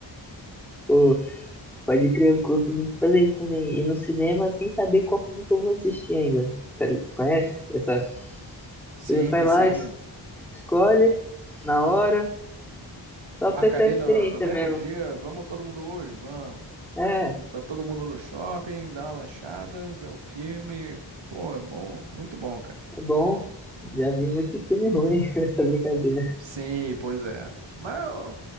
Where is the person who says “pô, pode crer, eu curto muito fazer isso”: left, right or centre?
Centre